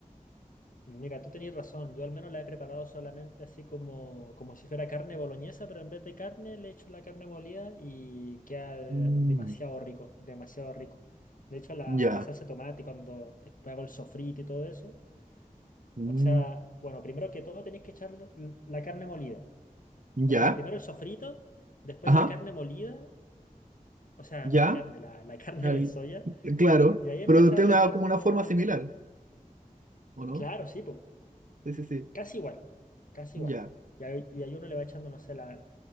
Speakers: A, on the left (about 70°); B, on the right (about 65°).
A: Mira, tú tenías razón, yo al menos la he preparado solamente así como, como si fuera carne boloñesa, pero en vez de carne le echo la carne molida y queda
B: Mm,
A: demasiado rico, demasiado rico. De hecho, la,
B: ya,
A: la salsa de tomate, cuando después hago el sofrito y todo eso,
B: mm,
A: o sea, bueno, primero que todo tenéis que echar l- la carne molida.
B: ya,
A: O sea, primero el sofrito, después
B: ajá,
A: la carne molida, o sea,
B: ya,
A: no la carne, la, la <laughs> carne
B: al-
A: de soya,
B: claro,
A: y ahí empezarle
B: pero tiene
A: a
B: una,
A: echar
B: como
A: como...
B: una forma similar, ¿o no?
A: Claro, sí, pues.
B: Sí, sí, sí,
A: Casi igual, casi
B: ya,
A: igual. Y ahí, y ahí uno le va echando, no sé, la,